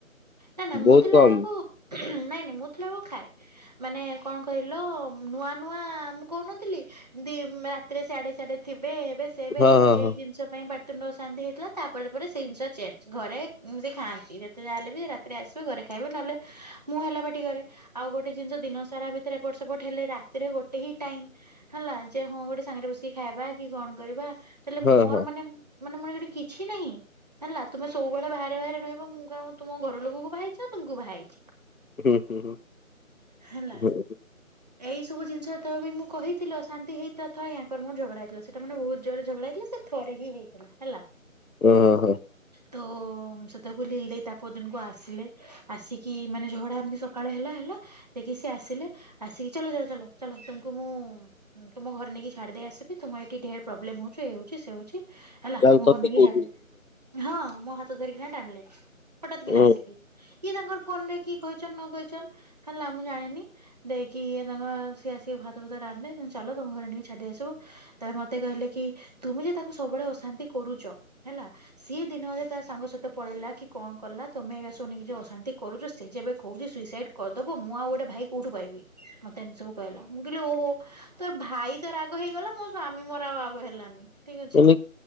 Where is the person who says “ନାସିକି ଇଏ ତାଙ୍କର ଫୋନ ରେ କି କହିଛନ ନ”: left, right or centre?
Right